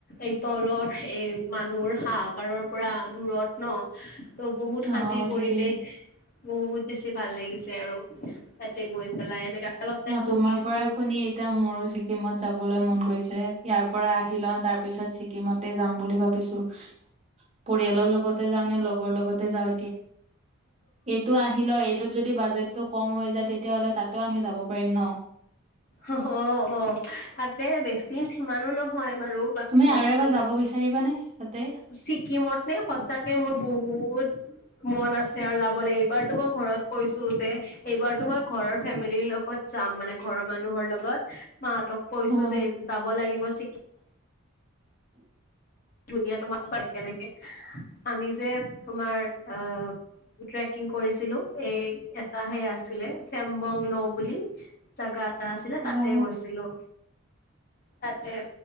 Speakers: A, on the left; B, on the right.
A: এই তলৰ এই মানুহৰ হাহাকাৰৰ। পৰা দূৰত ন ত বহুত
B: অ
A: শান্তিৰ
B: ঠিকেই
A: পৰিৱেশ? বহুত বেছি ভাল লাগিছে আৰু তাতে গৈ পেলাই, এনেকা অলপ টাইম
B: অ', তোমাৰ
A: বহিছো
B: পৰা শুনি এতিয়া মোৰো ছিকিমত যাবলৈ মন গৈছে, ইয়াৰ পৰা আহি লওঁ তাৰ পিছত ছিকিমতেই যাম বুলি ভাবিছো। পৰিয়ালৰ লগতে যাওঁ নে লগৰ লগতে যাওঁ এইটো আহিলোঁ, এইটোত যদি বাজেটটো কম হৈ যায় তেতিয়া হলে তাতে আমি যাব পাৰিম। হয় ন।
A: অ অ তাতে বেছি সিমানো নহয়। মাৰো
B: তুমি
A: বাকি।
B: আৰু এবাৰ যাব বিচাৰিবানে তাতে
A: ছিকিমত নে সচাকে মোৰ বহুত মন আছে আৰু যাব লাগিব। এইবাৰো মই ঘৰত কৈছো যে এইবাৰতো মই ঘৰৰ ফেমিলিৰ লগত যাম মানে ঘৰৰ মানুহৰ লগত। মাহঁতক কৈছো
B: অ
A: যে যাব লাগিব চিকি। ধুনীয়া তোমাৰ কেনেকে আমি যে তোমাৰ আহ। ট্ৰেকিং কৰিছিলো এই এটা সে আছিলে চেম্বং ন বুলি জাগাত। টা আছিলে তাতে
B: অ
A: গৈছিলো তাতে।